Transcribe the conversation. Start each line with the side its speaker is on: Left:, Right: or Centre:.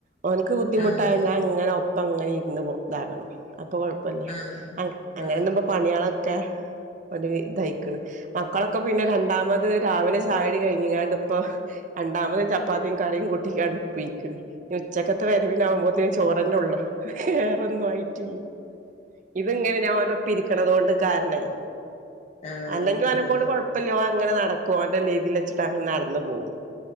Right: ഒ നിക്ക് ബുദ്ധിമുട്ടായി
Left: ആഹ്
Right: ഞാൻങ്ങനെ ഒപ്പം ങ്ങനെ ഇരുന്ന് കൊടുക്കണം അപ്പൊ.. പ്പല്ല
Left: ആഹ്
Right: അങ്ങനെന്നു
Left: ആഹ്
Right: പണികളൊക്കെ ഒരു ഇതയിക്കണ് മക്കളൊക്കെ പിന്നെ രണ്ടാമത് രാവിലെ ചായടി കഴിഞ്ഞാണ്ട് ഇപ്പൊ രണ്ടാമതും ചപ്പാത്തിയും കറിയും കുട്ടിക്കാണ്ട് പോയിക്കണ് ഉച്ചക്കത്തെ വരവിനാവുമ്പോത്തേന് ചോറന്നെ ഉള്ളൂ വേറെ റൊന്നും ആയിട്ടില്ല ഇത് ഇങ്ങനെ ഞാൻ അവനൊപ്പം ഇരിക്കണത കൊണ്ട് കാരണം
Left: ആഹ്
Right: അല്ലെങ്കിൽ ഒ നെക്കൊണ്ട്കൊയ
Left: ആഹ്
Right: പ്പല്ലോ അങ്ങനെ നടകുംഓന്റെ രീതിൽ വച്ചിട്ട് അങ്ങനെ നടന്ന്പോകും